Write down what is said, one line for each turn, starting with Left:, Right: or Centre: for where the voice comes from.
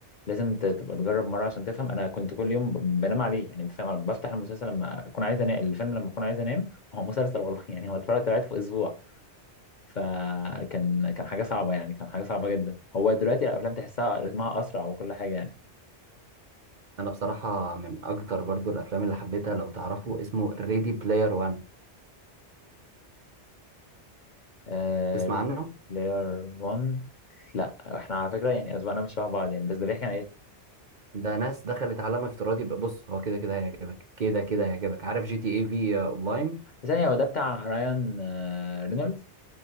Left: لازم ت- تبقى تجرب مره عشان تفهم انا كنت كل يوم ب- بنام عليه يعني انت فاهم أنا بفتح المسلسل لما اكون عايز انام الفيلم لما اكون عايز انام هو مسلسل والله <laughs> يعني هو اتفرجت عليه في اسبوع فكان كان حاجه صعبه يعني كان حاجه صعبه جدا هو دلوقتي الافلام تحسها رتمها اسرع وكل حاجه يعني
Right: انا بصراحة من اكتر برضو الافلام اللي حبيتها لو تعرفوا اسمه ريدي بلاير وان
Left: آه
Right: تسمع عنه
Left: بلاير 1 لا احنا على فكره يعني اذواقنا مش شبه بعض يعني بس ده بيحكي عن ايه
Right: ده ناس دخلت عالم افتراضي بقى- بص هو كده كده هيعجبك كده كده هيعجبك عارف جي تي اي في اونلاين
Left: ثانيه هو ده بتاع رايان آه رينولدز